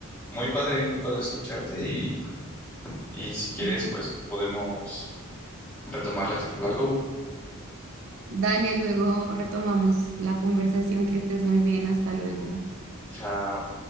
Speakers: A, in the centre; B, on the right (about 65°).
A: Muy padre, muy padre escucharte y, y si quieres,
B: Mm,
A: pues podemos retomar la charla luego.
B: Dale, luego retomamos la conversación, que estés muy bien, hasta luego.
A: Chao.